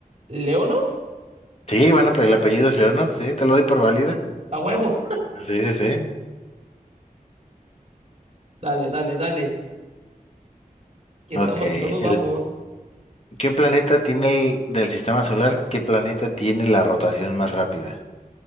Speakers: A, on the right; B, on the left.
A: Leonov,
B: Sí, bueno, pero el apellido es Leonov, sí, te lo doy por válida.
A: a huevo.
B: Sí, sí, sí.
A: <laughs> Dale, dale, dale. Aquí estamos
B: Ok.
A: y no nos
B: El,
A: vamos.
B: ¿qué planeta tiene el del sistema solar? ¿Qué planeta tiene la rotación más rápida?